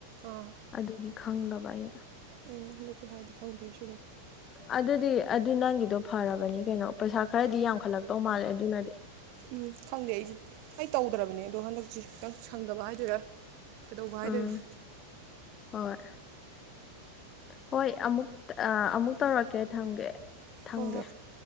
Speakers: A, on the right (about 45°); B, on the left (about 25°).
A: ꯑꯥ
B: ꯑꯗꯨꯒꯤ ꯈꯪꯗꯕ ꯑꯩꯅ
A: ꯎꯝ ꯍꯟꯗꯛꯇꯤ ꯍꯥꯏꯗꯦ ꯈꯪꯗꯦ <unintelligible>
B: ꯑꯗꯨꯗꯤ ꯑꯗꯨ ꯅꯪꯒꯤꯗꯣ ꯐꯔꯕꯅꯤ ꯀꯩꯅꯣ ꯄꯩꯁꯥ ꯈꯔꯗꯤ ꯌꯥꯝꯈꯠꯂꯛꯇꯧ ꯃꯥꯜꯂꯦ ꯑꯗꯨꯅꯗꯤ
A: ꯎꯝ ꯈꯪꯗꯦ ꯑꯩꯁꯦ ꯑꯩ ꯇꯧꯗ꯭ꯔꯕꯅꯦ ꯑꯗꯣ ꯍꯟꯗꯛꯁꯤ ꯈꯤꯇꯪ ꯁꯪꯗꯕ ꯍꯥꯏꯗꯣꯏꯔꯥ ꯀꯩꯗꯧꯕ ꯍꯥꯏꯗꯣꯏꯅꯣ
B: ꯎꯝ ꯍꯣꯏ ꯍꯣꯏ ꯑꯃꯨꯛ ꯑꯥ ꯑꯃꯨꯛ ꯇꯧꯔꯛꯀꯦ ꯊꯝꯒꯦ ꯊꯝꯒꯦ
A: ꯍꯣꯏ ꯍꯣꯏ